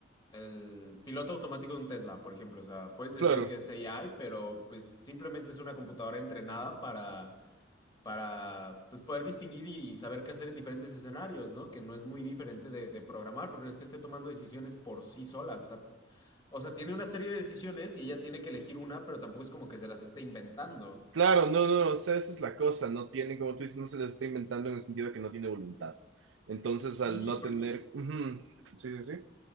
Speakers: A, on the left; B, on the right.
A: el piloto automático de un Tesla, por ejemplo, o sea, puedes decir
B: claro.
A: que es AI, pero pues simplemente es una computadora entrenada para para pues, poder distinguir y saber qué hacer en diferentes escenarios, ¿no? Que no es muy diferente de, de programar, porque no es que esté tomando decisiones por sí sola. Está, o sea, tiene una serie de decisiones y ella tiene que elegir una, pero tampoco es como que se las esté inventando.
B: Claro, no, no, no, o sea, esa es la cosa, no tiene, como tú dices, no se les está inventando en el sentido de que no tiene voluntad. Entonces,
A: Sí,
B: al no
A: porque,
B: tener, ujú, sí, sí, sí,